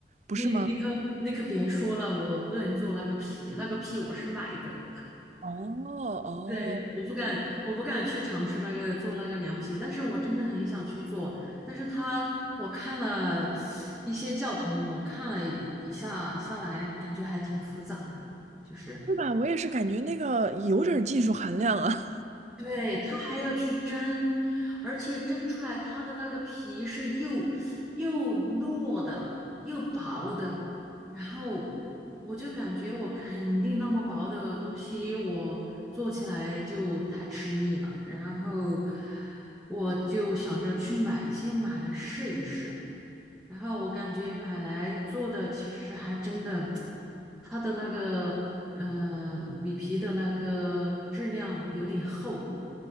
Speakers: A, on the right; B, in the centre.
A: 不是吗？
B: 你，你可你可别说了，我不能做那个皮，那个皮我是买的，
A: 哦哦，
B: 对，我不敢，我不敢去尝试那个做那个凉皮，但是我真的很想去做，但是他我看了一些教程，我看了一下下来，感觉还挺复杂的，就是。
A: 对吧？我也是感觉那个有点儿技术含量啊。
B: 对，它还要去蒸，而且蒸出来它的那个皮是又又糯的，又薄的。然后我就感觉我肯定那么薄的东西，我做起来就太吃力了。然后我就想着去买，先买来试一试。然后我感觉买来做的其实还真的，它的那个呃米皮的那个质量有点厚。